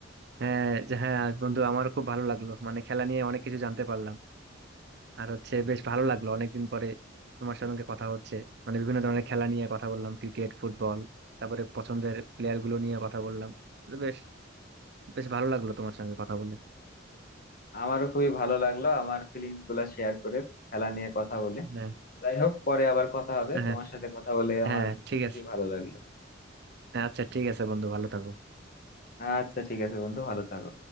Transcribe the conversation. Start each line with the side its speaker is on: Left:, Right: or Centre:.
Right: হ্যাঁ যে- হ্যাঁ বন্ধু আমারও খুব ভালো লাগলো মানে খেলা নিয়ে অনেক কিছু জানতে পারলাম আর হচ্ছে বেশ ভালো লাগলো অনেকদিন পরে তোমার সঙ্গে কথা হচ্ছে মানে বিভিন্ন ধরনের খেলা নিয়ে কথা বললাম ক্রিকেট ফুটবল তারপরে পছন্দের প্লেয়ার গুলো নিয়ে কথা বললাম তো বেশ বেশ ভালো লাগলো তোমার সঙ্গে কথা বলে
Left: আমারও খুবই ভালো লাগলো আমার ফিলিংস গুলা শেয়ার করে খেলা নিয়ে কথা বলে
Right: হ্যাঁ
Left: যাই হোক পরে আবার কথা হবে
Right: হ্যাঁ
Left: তোমার সাথে কথা বলে
Right: হ্যাঁ
Left: আমার
Right: ঠিক
Left: খুবই
Right: আছে
Left: ভালো লাগলো
Right: হ্যাঁ, আচ্ছা ঠিক আছে বন্ধু ভালো থাকো
Left: আচ্ছা ঠিক আছে বন্ধু ভালো থাকো